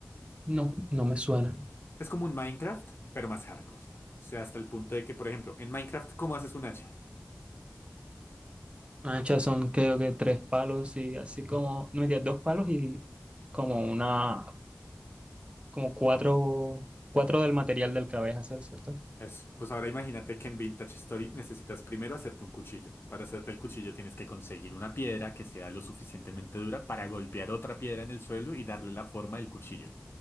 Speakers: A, on the right; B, on the left.
A: No, no me suena.
B: Es como un Minecraft, pero más hardcore. O sea, hasta el punto de que, por ejemplo, en Minecraft, ¿cómo haces un hacha?
A: Anchas son creo que tres palos y así como, no me digas, dos palos y como una, como cuatro, cuatro del material del que vais a hacer, ¿cierto?
B: Eso. Pues ahora imagínate que en Vintage Story necesitas primero hacerte un cuchillo. Para hacerte el cuchillo tienes que conseguir una piedra que sea lo suficientemente dura para golpear otra piedra en el suelo y darle la forma del cuchillo.